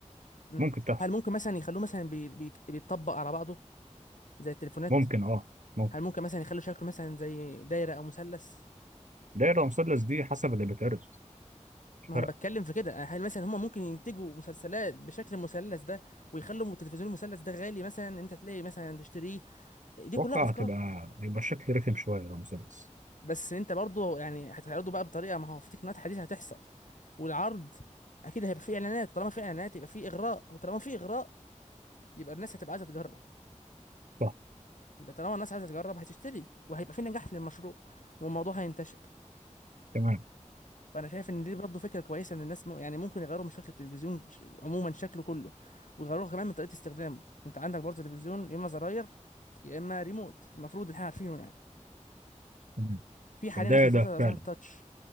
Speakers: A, on the left (about 80°); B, on the right (about 75°).
A: مم.
B: ممكن تحصل
A: هل ممكن مثلا يخلوه مثلا بي... بي... بيتطبق على بعضه زي التليفونات
B: ممكن أه ممكن
A: هل ممكن مثلا يخلوا شكله مثلا زي دايره او مثلث
B: دايرة مثلث دي حسب اللي بيتعرض مش
A: ما
B: فارقة
A: انا بتكلم في كده هل مثلا هما ممكن ينتجوا مسلسلات بشكل المثلث ده ويخلوا التلفزيون المثلث ده غالي مثلا ان انت تلاقي مثلا تشتريه دي
B: أتوقع
A: كلها افكار
B: هتبقى يبقى الشكل رخم شوية لو مثلث
A: بس انت برضه يعني هتعرضه بقى بطريقه ما هو في تقنيات حديثه هتحصل والعرض اكيد هيبقى فيه اعلانات طالما في اعلانات يبقى فيه اغراء وطالما في اغراء يبقى الناس هتبقى عايزه تجرب
B: صح
A: يبقى طالما الناس عايزه تجرب هتشتري وهيبقى في نجاح في المشروع والموضوع هينتشر
B: تمام
A: فانا شايف ان دي برضه فكره كويسه ان الناس م... يعني ممكن يغيروا من شكل التلفزيون ش... عموما شكله كله ويغيروه كمان من طريقه استخدامه انت عندك برضه تلفزيون يا اما زراير يا اما ريموت المفروض ان احنا عارفينه يعني
B: تمام
A: في حاليا
B: ده
A: اخر فتره
B: ده فعلا
A: ظهر تاتش